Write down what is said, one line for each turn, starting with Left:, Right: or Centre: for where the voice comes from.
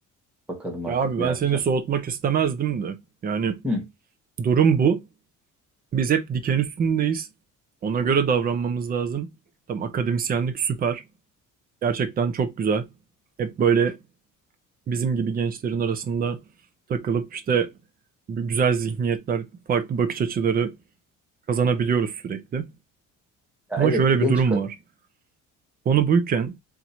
Centre: Bakalım artık
Right: Ya abi
Centre: ne
Right: ben
Centre: yapacağım.
Right: seni soğutmak istemezdim de. Yani
Centre: Hı.
Right: durum bu. Biz hep diken üstündeyiz. Ona göre davranmamız lazım. Tam akademisyenlik süper. Gerçekten çok güzel. Hep böyle bizim gibi gençlerin arasında takılıp işte bu güzel zihniyetler, farklı bakış açıları kazanabiliyoruz sürekli.
Centre: Ya
Right: Ama
Centre: evet
Right: şöyle
Centre: genç
Right: bir durum
Centre: kadın
Right: var. Onu buyken